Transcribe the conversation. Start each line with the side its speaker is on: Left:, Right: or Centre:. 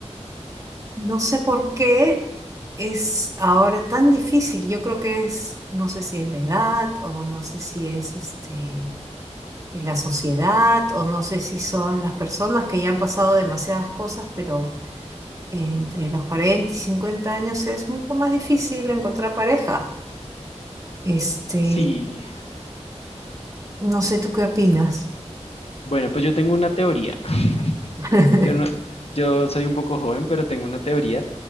Right: No sé por qué es ahora tan difícil. Yo creo que es, no sé si es la edad o no sé si es este, la sociedad o no sé si son las personas que ya han pasado demasiadas cosas, pero entre los 40 y 50 años es mucho más difícil encontrar pareja. Este,
Left: Sí,
Right: no sé tú qué opinas.
Left: bueno, pues yo tengo una teoría. <laughs>
Right: <laughs>
Left: Yo no, yo soy un poco joven, pero tengo una teoría